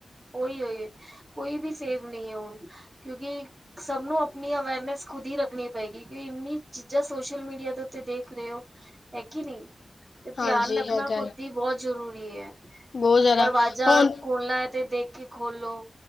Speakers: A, on the right (about 35°); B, on the left (about 65°).
A: ਓਹੀ-ਉਹੀ ਕੋਈ ਵੀ ਸੇਵ ਨਹੀਂ ਹੈ ਹੁਣ, ਕਿਉਂਕਿ ਸਭ ਨੂੰ ਆਪਣੀ ਅਵੇਅਰਨੈਸ ਖੁਦ ਹੀ ਰੱਖਣੀ ਪਏਗੀ, ਕਿ ਇੰਨੀ ਚੀਜ਼ਾਂ ਸੋਸ਼ਲ-ਮੀਡੀਆ ਦੇ ਉੱਤੇ ਦੇਖ ਰਹੇ ਹੋ। ਹੈ, ਕੀ ਨਹੀਂ? ਤੇ
B: ਹਾਂਜੀ
A: ਧਿਆਨ ਰੱਖਣਾ
B: ਹੈਗਾ
A: ਖੁਦ
B: ਹੈ
A: ਹੀ ਬਹੁਤ ਜ਼ਰੂਰੀ ਹੈ,
B: ਬਹੁਤ ਜ਼ਿਆਦਾ
A: ਦਰਵਾਜ਼ਾ
B: ਹੁਣ
A: ਖੋਲਣਾ ਹੈ, ਤੇ ਦੇਖਕੇ ਖੋਲੋ।